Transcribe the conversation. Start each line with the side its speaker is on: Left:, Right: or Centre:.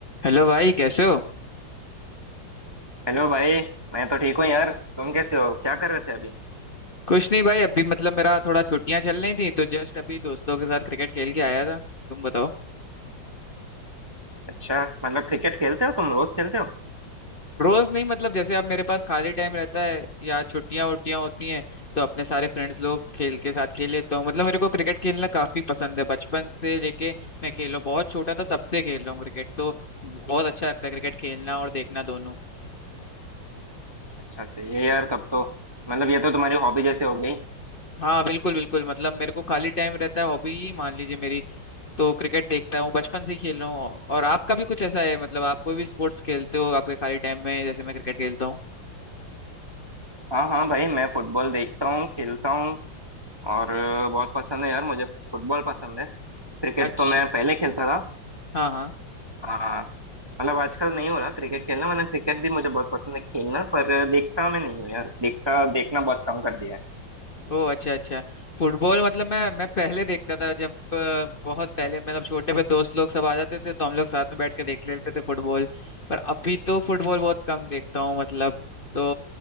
Left: Hello भाई कैसे हो
Right: Hello भाई मैं तो ठीक हूँ यार तुम कैसे हो क्या कर रहे थे अभी
Left: कुछ नहीं भाई अभी मतलब मेरा थोड़ा छुट्टियां चल रही थी तो जस्ट अभी दोस्तों के साथ क्रिकेट खेल के आया था तुम बताओ
Right: अच्छा मतलब क्रिकेट खेलते हो तुम रोज खेलते हो
Left: रोज नहीं मतलब जैसे अब मेरे पास खाली टाइम रहता है या छुट्टियां वुट्टियां होती हैं तो अपने सारे फ्रेंड्स लोग खेल के साथ खेल लेता हूँ मतलब मेरे को क्रिकेट खेलना काफी पसंद है बचपन से लेके मैं खेलो बहुत छोटा था तब से खेल रहा हूँ क्रिकेट तो बहुत अच्छा लगता है क्रिकेट खेलना और देखना दोनों
Right: अच्छा सही है यार तब तो मतलब ये तो तुम्हारी हॉबी जैसे हो गई
Left: हाँ बिल्कुल बिल्कुल मतलब मेरे को खाली टाइम रहता है हॉबी ही मान लीजिए मेरी तो क्रिकेट देखता हूँ बचपन से ही खेल रहा हूँ और आपका भी कुछ ऐसा है मतलब आप कोई भी स्पोर्ट्स खेलते हो आपके खाली टाइम में जैसे मैं क्रिकेट खेलता हूँ
Right: हाँ हाँ भाई मैं फुटबॉल देखता हूँ खेलता हूँ और अ, बहुत पसंद है यार मुझे फुटबॉल पसंद है क्रिकेट
Left: अच्छा
Right: तो मैं पहले खेलता था
Left: हाँ हाँ
Right: हाँ मतलब आजकल नहीं हो रहा क्रिकेट खेलना वरना क्रिकेट भी मुझे बहुत पसंद है खेलना पर देखता मैं नहीं हूँ यार देखता देखना बहुत कम कर दिया है
Left: ओ अच्छा अच्छा फुटबॉल मतलब मैं मैं पहले देखता था जब अ, बहुत पहले मतलब छोटे पे दोस्त लोग सब आ जाते थे तो हम लोग साथ में बैठ के देख लेते थे फुटबॉल पर अभी तो फुटबॉल बहुत कम देखता हूँ मतलब तो